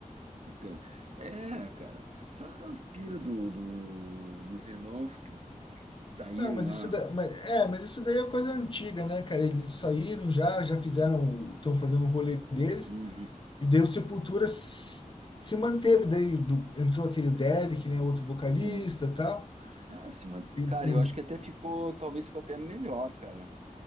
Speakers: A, on the right (about 50°); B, on the left (about 35°).
A: Então, é, cara, só aquelas pira do, do- dos irmãos que saíram
B: Ah, mas
A: lá.
B: isso da, mas, é, mas isso daí é coisa antiga, né, cara? Eles saíram já, já fizeram, estão fazendo o rolê deles,
A: Uhum,
B: e daí o Sepultura s- se manteve, daí do- entrou aquele Derek, né, outro vocalista
A: sim.
B: e tal,
A: Nossa, mano,
B: e
A: cara,
B: uns-
A: eu acho que até ficou, talvez ficou até melhor, cara.